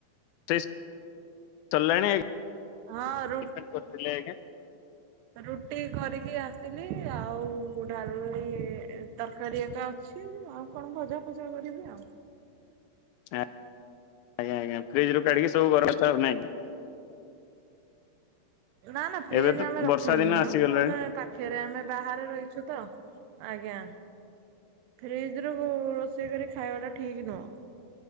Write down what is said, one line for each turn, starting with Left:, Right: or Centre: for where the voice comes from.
Left: <unintelligible>
Right: ହଁ ରୁ
Left: ଟିଫିନ କରିଥିଲେ ଆଜ୍ଞା
Right: ରୁଟି କରିକି ଆସିଲି। ଆଉ ଡାଲି ତରକାରୀ ଏକା ଅଛି ଆଉ କଣ ଭଜା ଫଜା କରିବି ଆଉ।
Left: ଆଜ୍ଞା ଆଜ୍ଞା ଫ୍ରିଜ ରୁ କାଢ଼ିକି ସବୁ ଗରମ କରିବେ ନା କି।
Right: ନା ନା ଫ୍ରିଜ
Left: ଏବେ ତ
Right: ଆମେ ରଖିନୁ
Left: ବର୍ଷା ଦିନ ଆସିଗଲାଣି
Right: ମାନେ ପା ଫେରେ ଆମେ ଆମେ ବାହାରେ ରହିଛୁ ତ ଆଜ୍ଞା। ଫ୍ରିଜ ରୁ ରୋଷେଇ କରି ଖାଇବା ଟା ଠିକ ନୁହଁ।